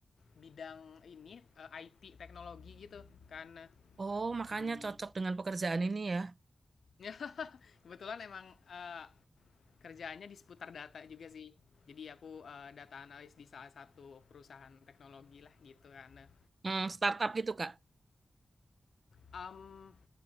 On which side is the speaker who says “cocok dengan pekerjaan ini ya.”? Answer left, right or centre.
Right